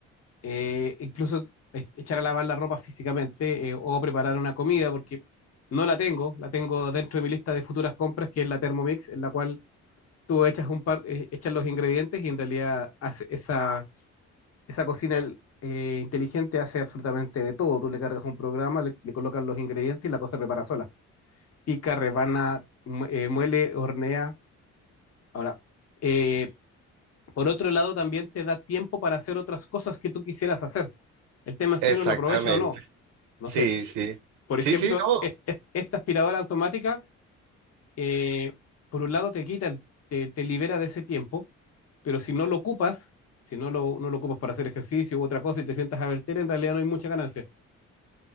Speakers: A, on the left; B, on the right.
A: eh, incluso e- echar a lavar la ropa físicamente eh, o preparar una comida, porque no la tengo, la tengo dentro de mi lista de futuras compras, que es la Thermomix, en la cual tú echas un par, eh, echas los ingredientes y en realidad hace esa, esa cocina el- eh, inteligente hace absolutamente de todo. Tú le cargas un programa, le, le colocas los ingredientes y la cosa prepara sola. Pica, rebana, mu- eh, muele, hornea. Ahora, eh, por otro lado, también te da tiempo para hacer otras cosas que tú quisieras hacer. El tema es
B: Exactamente.
A: si uno lo aprovecha o no. No
B: Sí,
A: sé,
B: sí.
A: por
B: Sí,
A: ejemplo,
B: sí, no.
A: es- es- esta aspiradora automática eh, por un lado te quita, el- te, te libera de ese tiempo, pero si no lo ocupas, si no lo, no lo ocupas para hacer ejercicio u otra cosa y te sientas a verter, en realidad no hay mucha ganancia.